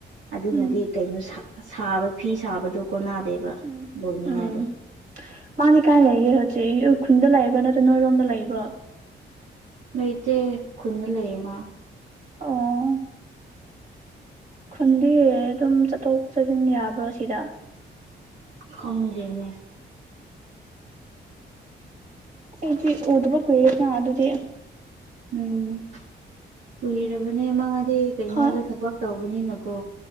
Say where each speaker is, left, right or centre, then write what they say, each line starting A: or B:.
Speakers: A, on the right; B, on the right.
A: ꯑꯗꯨꯅ
B: ꯎꯝ
A: ꯍꯥꯏꯗꯤ ꯀꯩꯅꯣꯕ ꯐꯤ ꯁꯥꯕꯗꯣ ꯀꯣꯟꯅꯗꯦꯕ
B: ꯎꯝ
A: ꯂꯣꯏꯅꯤꯉꯥꯏꯗꯣ
B: ꯎꯝ ꯃꯥꯗꯤ ꯀꯥꯏ ꯂꯩꯒꯦ ꯍꯧꯖꯤꯛ ꯎꯈꯨꯜꯗ ꯂꯩꯕ꯭ꯔꯥ ꯅꯠꯇ꯭ꯔ ꯅꯣꯏꯔꯣꯝꯗ ꯂꯩꯕ꯭ꯔꯣ
A: ꯂꯩꯇꯩ ꯈꯨꯟꯗ ꯂꯩꯌꯦ ꯃꯥ
B: ꯑꯣ ꯈꯨꯟꯗꯤ ꯑꯗꯨꯝ ꯆꯠꯊꯣꯛ ꯆꯠꯁꯤꯟ ꯌꯥꯕ꯭ꯔꯣ ꯁꯤꯗ
A: ꯈꯪꯗꯦꯅꯦ
B: ꯑꯩꯗꯤ ꯎꯨꯗꯕ ꯀꯨꯢꯔꯦꯅ ꯑꯗꯨꯗꯤ
A: ꯎꯝ ꯀꯨꯏꯔꯕꯅꯦ ꯃꯥꯗꯤ ꯀꯩꯅꯣꯗ
B: ꯍꯣꯏ
A: ꯊꯕꯛ ꯇꯧꯕꯅꯤꯅꯀꯣ